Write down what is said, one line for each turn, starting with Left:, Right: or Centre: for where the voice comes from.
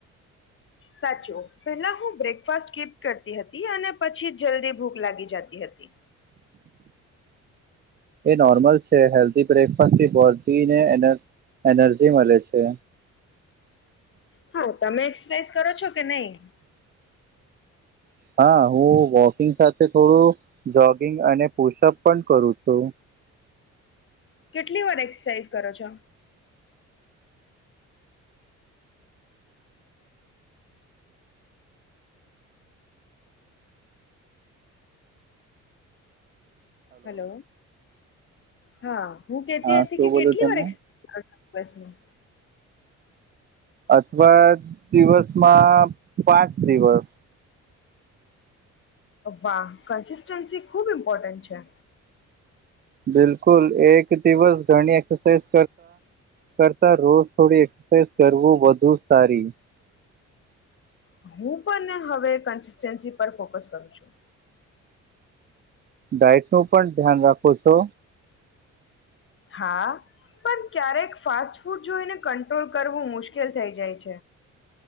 Left: સાચું પેલા હું બ્રેકફાસ્ટ સ્કિપ કરતી હતી અને પછી જલ્દી ભૂખ લાગી જતી હતી
Right: એ નોર્મલ છે હેલ્ધી બ્રેકફાસ્ટ થી <unintelligible> અને એનર્જી એનર્જી મળે છે
Left: હા તમે એક્સરસાઇઝ કરો છો કે નહી
Right: હા હું વોકિંગ સાથે થોડું જોગિંગ અને પુશઅપ પણ કરું છું
Left: કેટલી વાર એક્સરસાઇઝ કરો છો. હલો હા હું કેતી
Right: હા
Left: હતી
Right: શું
Left: કે
Right: બોલ્યું
Left: કેટલી
Right: તમે
Left: વાર. વસનું.
Right: અથવા દિવસમાં પાંચ દિવસ.
Left: વાહ કન્સિસ્ટન્સી ખુબ ઇમ્પોર્ટન્ટ છે.
Right: બિલકુલ એક દિવસ ઘણી એક્સરસાઇઝ. કરતા રોજ થોડી એક્સરસાઇઝ કરવું વધુ સારી.
Left: હમ હવે કન્સિસ્ટન્સી પર ફોકસ. કરું છું
Right: ડાયટ નું પણ ધ્યાન રાખો છો.
Left: આ પણ ક્યારેક ફાસ્ટ ફૂડ જોઈને કંટ્રોલ કરવું મુશ્કેલ થઈ જાય છે.